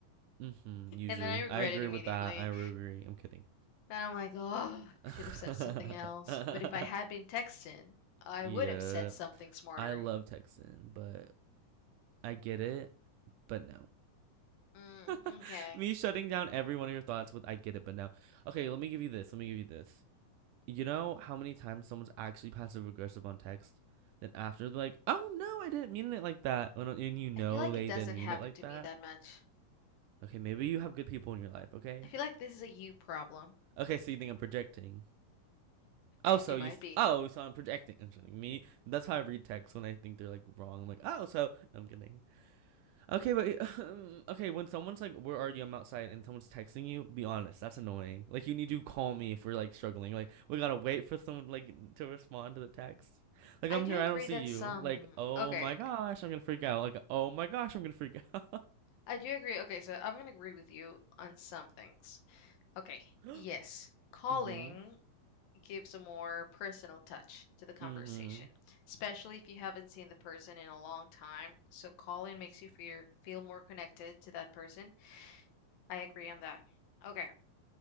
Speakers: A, on the right (about 80°); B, on the left (about 80°).
A: hmm Usually.
B: And then I regret
A: I agree
B: it immediately.
A: with that. I will agree. I'm kidding.
B: And I'm like, oh,
A: <laughs>
B: I should have said something else. But if I had been texting, I
A: Yeah.
B: would have said something smarter.
A: I love texting, but I get it, but no.
B: Mm,
A: <laughs>
B: okay.
A: Me shutting down every one of your thoughts with I get it, but no. Okay, let me give you this. Let me give you this. You know how many times someone's actually passive aggressive on text? Then after they're like, oh no, I didn't mean it like that. when- And you know
B: I feel like
A: they
B: it doesn't
A: didn't mean
B: happen
A: it like
B: to
A: that.
B: me that much.
A: Okay, maybe you have good people in your life, okay?
B: I feel like this is a you problem.
A: Okay, so you think I'm projecting. Oh, so
B: You
A: you?
B: might
A: Th-
B: be.
A: oh, so I'm projecting. I'm kidding. Me. That's how I read texts when I think they're like wrong. I'm like, oh, so no, I'm kidding. Okay, but <laughs> um, okay, when someone's like, "Where are you?" I'm outside, and someone's texting you. Be honest. That's annoying. Like, you need to call me if we're like struggling. Like, we gotta wait for someone like to respond to the text. Like,
B: I
A: I'm
B: do
A: here.
B: agree
A: I don't see
B: that
A: you.
B: some.
A: Like, oh
B: Okay,
A: my gosh, I'm gonna freak out. Like, oh my gosh, I'm gonna freak out.
B: I do agree. Okay, so I'm gonna agree with you on some things. Okay,
A: <gasps>
B: yes, calling
A: Mm-hmm.
B: gives a more personal touch to the conversation,
A: Mm-hmm.
B: especially if you haven't seen the person in a long time. So calling makes you feel feel more connected to that person. I agree on that. Okay,